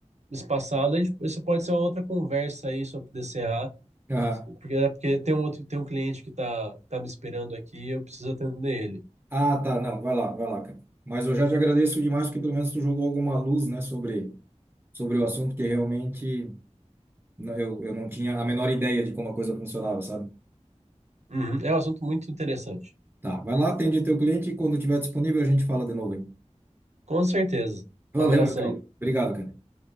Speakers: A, on the right; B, on the right.
A: espaçado. A gente- Isso pode ser uma outra conversa aí sobre DCA,
B: Aham.
A: Porque, é porque tem um outro, tem um cliente que tá, tá me esperando aqui e eu preciso atender ele.
B: Ah, tá, não, vai lá, vai lá, cara. Mas eu já te agradeço demais porque pelo menos tu jogou alguma luz, né, sobre, sobre o assunto que realmente n- eu, eu não tinha a menor ideia de como a coisa funcionava, sabe?
A: Uhum, É um assunto muito interessante.
B: Tá, vai lá, atende teu cliente e quando tiver disponível a gente fala de novo aí.
A: Com certeza.
B: Valeu,
A: Um abração.
B: meu querido. Obrigado, cara.